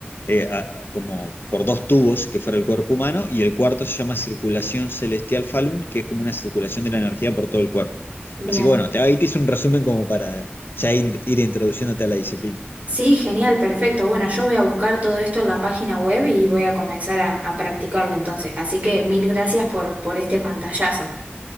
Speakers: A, on the left (about 60°); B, on the right (about 40°).
A: eh, a- como por dos tubos que fuera el cuerpo humano, y el cuarto se llama circulación celestial Falun, que es como una circulación de la energía por todo el cuerpo.
B: bien.
A: Así que bueno, te, ahí te hice un resumen como para ya in- ir introduciéndote a la disciplina.
B: Sí, genial, perfecto. Bueno, yo voy a buscar todo esto en la página web y voy a comenzar a, a practicarlo entonces. Así que mil gracias por, por este pantallazo.